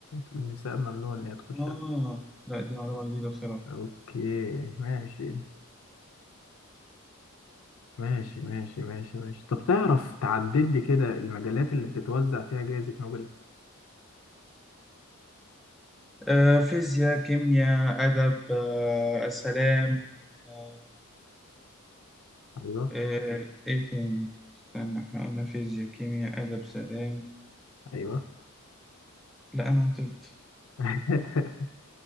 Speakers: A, on the left; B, in the centre.
A: النساء ممنوع إن هي تخشها
B: اه لا دي معلومة جديدة بصراحة
A: أوكي ماشي ماشي ماشي ماشي ماشي طب تعرف تعدل لي كده المجالات اللي بتتوزع فيها جائزة نوبل
B: آه، فيزياء كيمياء أدب آه، السلام آه،
A: أيوه
B: آه، ايه تاني استنى احنا قلنا فيزياء كيمياء ادب سلام
A: أيوه
B: لا انا عطلت
A: <laughs>